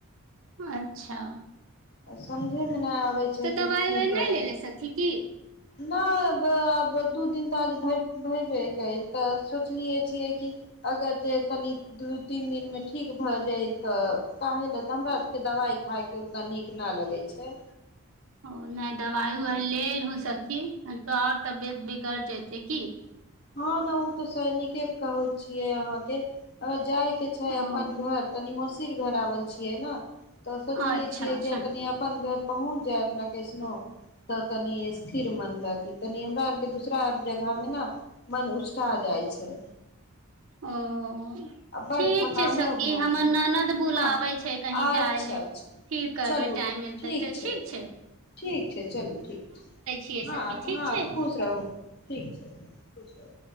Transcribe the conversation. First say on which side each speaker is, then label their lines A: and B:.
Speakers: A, on the right (about 70°); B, on the left (about 45°).
A: अच्छा
B: आ समझयमे नहि आबै छैय
A: तऽ
B: कि
A: दवाइ
B: की
A: उवाइ नहि
B: करत
A: लेले सखी की
B: नहि अब आब दू दिन तऽ आज भेबे कईब तऽ सोचलियै छियै कि अगर जे तनी दू तीन दिनमे ठीक भए जाय तऽ काहे ल तऽ हमरा आरके दवाइ खायके उतना नीक ना लगै छैय।
A: ओ नहि दवाइ उवाइ ले लहू सखी नहि तो आओर तबियत बिगड़ जेते की
B: हँ ने ओ तऽ सै निके कहैत छियै अहाँके अहाँ जाय के छैय
A: ओ
B: अपन घर तनी मोसीर घर आवल छैय। छियै ने तऽ सोचलियै
A: अच्छा
B: छियै
A: अच्छा
B: कि कनि अपन घर पहुँच जायब ने कैसनो तऽ तनि स्थिर मन लागी तनि हमरा आरके दूसरा आर जगह मे न मन उचटा जाइ छैय।
A: ओ
B: बड्ड
A: ठीक
B: थकानो
A: छैय सखी
B: भऽ
A: हमर
B: छै
A: ननद बुलाबै
B: हँ
A: छैय कहीं
B: अच्छा
A: जाय ले
B: अच्छा
A: फिर कहबै
B: चलू
A: टाइम मिलतै तऽ
B: छै
A: ठीक छैय।
B: ठीक छैय चलु ठीक छैय
A: छियै
B: हँ
A: सखी ठीक
B: हाँ
A: छै
B: खुश रहू। ठीक छैय खुश रहू